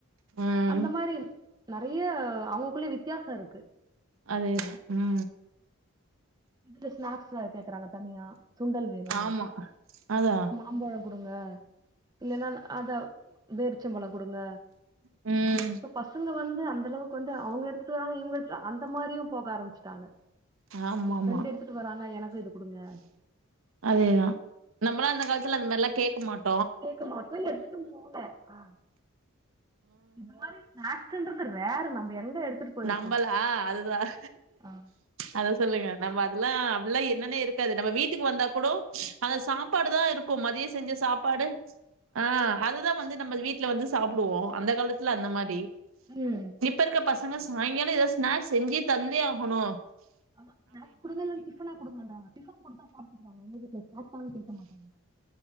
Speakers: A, on the right; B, on the right.
A: ம்
B: அந்த மாரி நெறைய அவுங்கக்குள்ளயே வித்தியாச இருக்கு
A: அதே தா ம்
B: இதுல ஸ்நாக்ஸ் வேற கேக்குறாங்க தனியா சுண்டல் வேணு
A: ஆமா அதா
B: அம்பழோ குடுங்க இல்லன்னா நா அதா பேரிச்சம்பழ குடுங்க
A: ம்
B: இப்ப பசங்க வந்து அந்த அளவுக்கு வந்து அவுங்க எடுத்துட்டு வராங்க இவுங்க எடுத்துட்டு அந்த மாரியு போக ஆரம்பிச்சுட்டாங்க
A: ஆமாமா
B: ஃப்ரெண்டு எடுத்துட்டு வராங்க எனக்கு இது குடுங்க
A: அதேதா நம்மளா அந்த காலத்துல அந்த மாரிலா கேக்க மாட்
B: கேக்கு மாட்டு மொபைல் எடுத்துட்டும் போல ஆ யாரு நார்த்துன்றது ரேரு நம்ப எங்க எடுத்துட்டு போயிருக்கோ
A: நம்பலா அதுதான்
B: ஆ
A: அத சொல்லுங்க நம்ம அதெல்லாம் ஃபுல்ல என்னன்னே இருக்காது நம்ம வீட்டுக்கு வந்தா கூடொ அந்த சாப்பாடு தான் இருக்கும் மதியம் செஞ்ச சாப்பாடு ஆ அதுதான் வந்து நமது வீ ட்ல வந்து சாப்டுவோம் அந்த காலத்துல அந்த மாரி
B: ம்
A: இப்ப இருக்க பசங்க சாய்ங்காலொ எதோ ஸ்நாக்ஸ் செஞ்சே தந்தே ஆகணும்
B: ஆமா நா குடுங்கலன் டிஃபனா குடுங்கடா டிஃபன் குடுத்தா சாப்ட்டுக்குவாங்க எங்க வீட்ல ஸ்னாக்ஸ் தானு கேக்க மாட்டாங்க